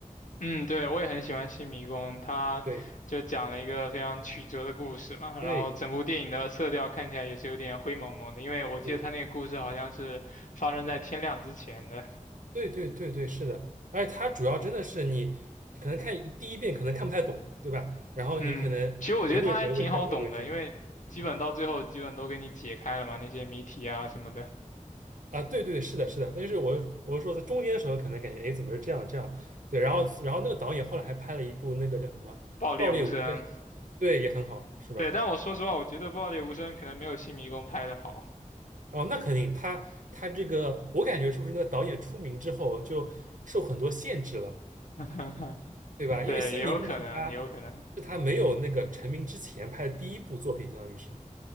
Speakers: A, on the left; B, on the right.
A: 嗯，对，我也很喜欢《新迷宫》，它就讲了一个非常曲折的故事嘛，
B: 对
A: 然后整部电影的色调看起来也是有点灰蒙蒙的，
B: 对
A: 因为我记得它那个故事好像是发生在天亮之前的。
B: 对对对对对，是的，而且它主要真的是你可能看一第一遍可能看不太懂，对吧？然后你可能回味回味再回味之后
A: 嗯，其实我觉得它还挺好懂的，因为基本到最后基本都给你解开了嘛，
B: 嗯。
A: 那些谜题啊什么的，
B: 啊，对对，是的，是的，但是我我是说在中间的时候，可能感觉哎，诶怎么是这样这样？对，然后然后那个导演后来还拍了一部那个叫什么《爆裂无声》，
A: 爆裂无声。
B: 对，也很好，是吧？
A: 对，但我说实话，我觉得爆裂无声可能没有《新迷宫》拍的好。
B: 哦，那肯定，他他这个我感觉是不是那个导演出名之后就受很多限制了，
A: <laughs>
B: 对吧？
A: 对，
B: 因为《新迷宫》是他
A: 也有可能，也有可能。
B: 是他没有那个成名之前拍的第一部作品，相当于是，